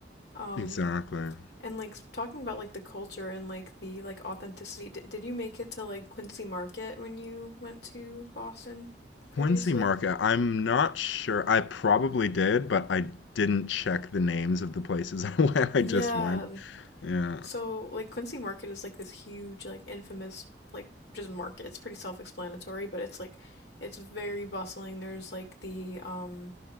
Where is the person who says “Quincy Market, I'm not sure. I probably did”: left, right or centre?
Left